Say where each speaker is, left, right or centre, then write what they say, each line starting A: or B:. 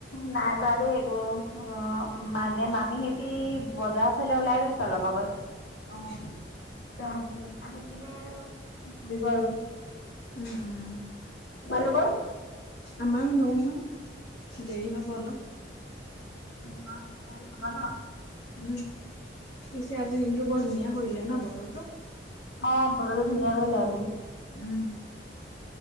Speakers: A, on the left (about 80°); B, on the left (about 70°).
A: নাই কৰা দেই একো, অ'! মানে,
B: অ
A: মামী হে যি বজাৰ ফালে ওলাই গৈছে, অলপ আগত।
B: অ
A: ত' আহি কিনে <unintelligible> দিবা আৰু।
B: উম, উম।
A: মানুহবোৰ।
B: আমাৰো নৌ হয়, দেৰি হ'ব অলপ।
A: <unintelligible>
B: উম! পিছে আজি, দিনটো বৰ ধুনীয়া কৰিলে ন'! বতৰটো।
A: অ'! বতৰটো ধুনীয়া কৰিলে আজি।
B: উম!